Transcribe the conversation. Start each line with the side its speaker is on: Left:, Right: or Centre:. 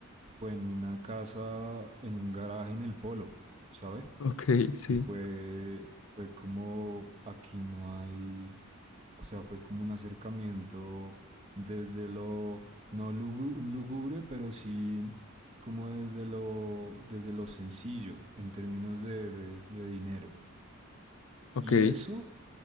Right: fue en una casa, en un garaje en el polo, ¿sabe?
Left: ok, sí,
Right: Y fue, fue como aquí no hay, o sea, fue como un acercamiento desde lo no lugu- lúgubre, pero sí como desde lo, desde lo sencillo en términos de, de- de dinero.
Left: ok.
Right: Y eso